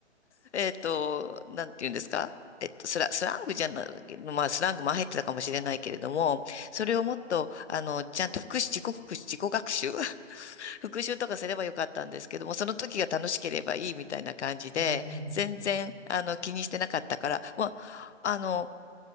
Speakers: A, on the left (about 65°); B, on the right (about 55°).
A: えっと、なんて言うんですかえっと、スラ、スラングじゃない、まあ、スラングも入ってたかもしれないけれども、それをもっと、あの、ちゃんと復習、自己復習、自己学習、<laughs> 復習とかすればよかったんですけども、その時が楽しければいいみたいな感じで、
B: うーん、
A: 全然、あの、気にしてなかったから、まあ、あの、